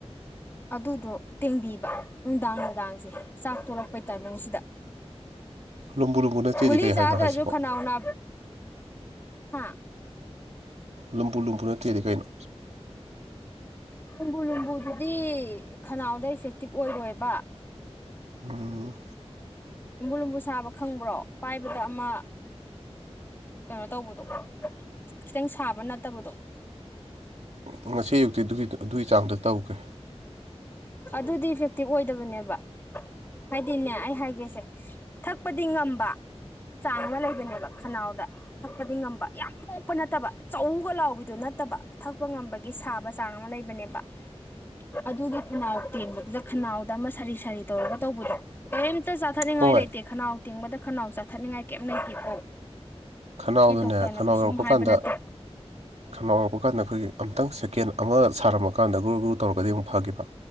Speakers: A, on the left (about 20°); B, on the right (about 80°).
A: ꯑꯗꯨꯗꯣ ꯇꯦꯡꯕꯤꯕ ꯅꯨꯡꯗꯥꯡ ꯅꯨꯡꯗꯥꯡꯖꯦ ꯆꯥꯛ ꯇꫭꯛꯂꯛꯄꯩ ꯇꯥꯏꯃꯤꯡꯁꯤꯗ
B: ꯂꯨꯝꯕꯨ ꯂꯨꯝꯕꯨ ꯅꯠꯇꯦꯗꯤ
A: ꯒꯨꯂꯤꯖ
B: ꯀꯩ ꯍꯥꯏꯅꯣ
A: ꯆꯥꯗ꯭ꯔꯖꯨ
B: ꯍꯥꯏꯁꯤꯕꯣ
A: ꯈꯅꯥꯎꯅꯥ ꯍꯥ
B: ꯂꯝꯕꯨ ꯂꯨꯝꯕꯨ ꯅꯠꯇꯦꯗꯤ ꯀꯩꯅꯣ
A: ꯅꯨꯝꯕꯨ ꯂꯨꯝꯕꯨꯗꯨꯗꯤ ꯈꯅꯥꯎꯗ ꯏꯐꯦꯛꯇꯤꯞ ꯑꯣꯏꯔꯣꯏꯕ
B: ꯎꯝ
A: ꯂꯨꯝꯕꯨ ꯂꯨꯝꯕꯨ ꯁꯥꯕ ꯈꯪꯕ꯭ꯔꯣ ꯄꯥꯏꯕꯗ ꯑꯃ ꯀꯩꯅꯣ ꯇꯧꯕꯗꯣ ꯈꯤꯇꯪ ꯁꯥꯕ ꯅꯠꯇꯕꯗꯣ
B: ꯎ ꯉꯁꯤ ꯑꯌꯨꯛꯇꯤ ꯑꯗꯨꯒꯤ ꯑꯗꯨꯒꯤ ꯆꯥꯡꯗ ꯇꯧꯒꯦ
A: ꯑꯗꯨꯗꯤ ꯏꯐꯦꯛꯇꯤꯚ ꯑꯣꯏꯗꯕꯅꯦꯕ ꯍꯥꯏꯗꯤꯅꯦ ꯑꯩ ꯍꯥꯏꯒꯦꯁꯦ ꯊꯛꯄꯗꯤ ꯉꯝꯕ ꯆꯥꯡ ꯑꯃ ꯂꯩꯕꯅꯦꯕ ꯈꯅꯥꯎꯗ ꯊꯛꯄꯗꯤ ꯉꯝꯕ ꯌꯥꯝ ꯄꯣꯛꯄ ꯅꯠꯇꯕ ꯆꯧꯒ ꯂꯥꯎꯕꯤꯗꯨ ꯅꯠꯇꯕ ꯊꯛꯄ ꯉꯝꯕꯒꯤ ꯁꯥꯕ ꯕꯆꯥꯡ ꯑꯃꯂꯩꯕꯅꯦꯕ ꯑꯗꯨꯒꯤ ꯈꯅꯥꯎ ꯇꯦꯡꯕꯗꯨꯗ ꯈꯅꯥꯎꯗ ꯑꯃ ꯁꯥꯔꯤ ꯁꯥꯔꯤ ꯇꯧꯔꯒ ꯇꯧꯕꯗꯣ ꯀꯔꯤꯝꯇ ꯆꯥꯊꯠꯅꯤꯡꯉꯥꯏ
B: ꯍꯣꯏ
A: ꯂꯩꯇꯦ ꯈꯅꯥꯎ ꯇꯦꯡꯕꯗ ꯈꯅꯥꯎ ꯆꯥꯊꯠꯅꯤꯡꯉꯥꯏ ꯀꯩꯝ ꯂꯩꯇꯦꯀꯣ
B: ꯈꯅꯥꯎꯗꯅꯦ
A: ꯁꯤ ꯗꯣꯛꯇꯔꯅ
B: ꯈꯅꯥꯎ
A: ꯀꯩꯁꯨꯝ
B: ꯌꯧꯔꯛꯄ
A: ꯍꯥꯏꯕ
B: ꯀꯥꯟꯗ
A: ꯅꯠꯇꯦ
B: ꯈꯅꯥꯎ ꯑꯣꯏꯕꯀꯥꯟꯗ ꯑꯩꯈꯣꯏꯒꯤ ꯑꯃꯨꯛꯇꯪ ꯁꯦꯀꯦꯟ ꯑꯃ ꯁꯥꯔꯝꯃꯀꯥꯟꯗ ꯒ꯭ꯔꯨ ꯒ꯭ꯔꯨ ꯇꯧꯔꯒꯗꯤ ꯑꯃꯨꯛ ꯐꯒꯤꯕ